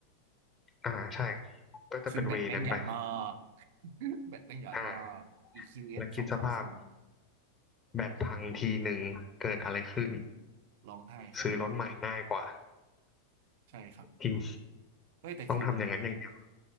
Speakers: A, on the left; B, on the right.
A: อ่าใช่ ก็จะเป็นเวย์นั้นไป
B: ซึ่งแบตแม่งใหญ่มาก แบตแม่งใหญ่มาก
A: อ่า
B: EQS
A: แล้วคิดสภาพ
B: สสองสามศูนย์
A: แบตพังทีหนึ่งเกิดอะไรขึ้น
B: เออร้องไห้ครับ
A: ซื้อรถใหม่ง่ายกว่า
B: ใช่ครับ
A: จริง
B: เฮ้ยแต่คือแบบ
A: ต้องทำอย่างนั้นอย่างนี้